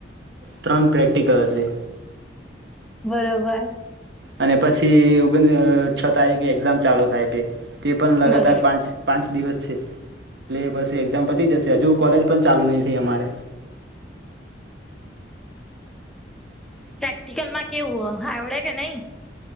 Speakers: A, on the right; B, in the centre.
A: ત્રણ પ્રેક્ટિકલ હશે
B: બરોબર
A: અને પછી ઓગ છ તારીખે એક્ઝામ ચાલુ થાય છે તે પણ લગાતાર
B: બરોબર.
A: પાંચ પાંચ દિવસ છે એટલે પછી એક્ઝામ પતી જશે હજુ ક કોલેજ ચાલુ નહી થઈ અમારે
B: પ્રેક્ટિકલ માં કેવું હો આવડે કે નહી